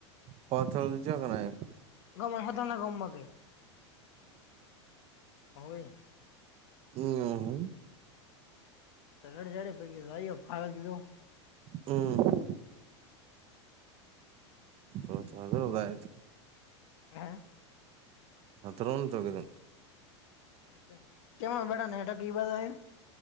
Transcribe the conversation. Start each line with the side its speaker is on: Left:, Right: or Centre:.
Right: હથળ ચકનાય
Left: ગેમલ હોથલ ના ગામ માં ગયું હવે
Right: હમ્મ.
Left: તગડ જાડે પહિ લાયો ફાવલ કીધું
Right: હમ્મ. તો તોગ <unintelligible>
Left: હ્યાં
Right: અથરમ તગઉ
Left: એટલે કેમ એ બેઠા નેટ કી બધા એ